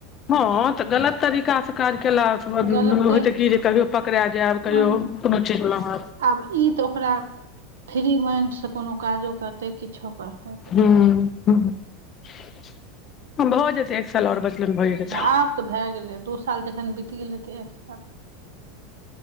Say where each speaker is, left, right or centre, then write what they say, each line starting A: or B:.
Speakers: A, on the left; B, on the right.
A: हँ तऽ गलत तरीका से काज केला स होइ
B: गलते
A: छै की जे। कहियो पकड़ा जायब कहियो
B: ओह
A: कोनो चीजमे अह
B: आब ई तऽ ओकरा फ्री माइंड से कोनो काजो करते किछो करते।
A: भऽ जेतै एक साल आओर बचलेमे भए जेते।
B: आब तऽ भेए गेलै दू साल जखन बीत गेलै त एक साल।